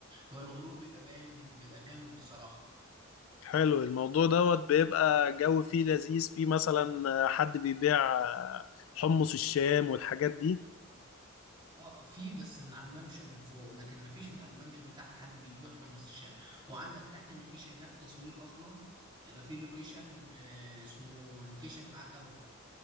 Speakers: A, on the right; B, on the left.
A: هو الغروب بيبقى باين بيبقى جامد بصراحه
B: حلو الموضوع دوت بيبقى جو فيه لذيذ فيه مثلا حد بيبيع حمص الشام والحاجات دي
A: اه آه، في بس من على الممشى من فوق لكن ما فيش من على الممشى من تحت حد بيبيع حمص الشام وعندك تحت اللوكيشنات تصوير اصلا يعني في لوكيشن آه، اسمه لوكيشن العتاولة